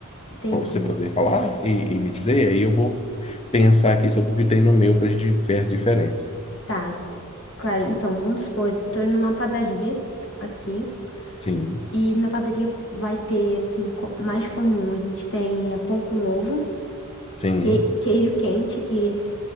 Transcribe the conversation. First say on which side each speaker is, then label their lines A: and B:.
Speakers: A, on the left; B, on the left.
A: entendi.
B: Você poderia falar e, e me dizer? Aí eu vou pensar aqui sobre o que tem no meu para a gente ver as diferenças.
A: Tá, claro. Então, vamos supor, tô indo numa padaria aqui
B: Sim,
A: e na padaria vai ter, assim, co- mais comum. A gente tem é, pão com ovo,
B: sim.
A: que- queijo quente, que